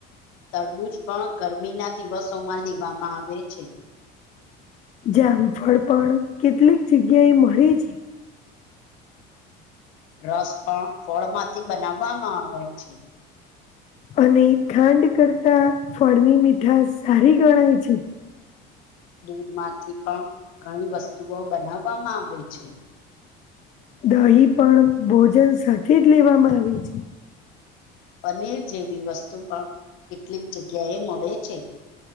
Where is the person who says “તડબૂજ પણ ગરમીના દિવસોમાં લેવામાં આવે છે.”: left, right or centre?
Left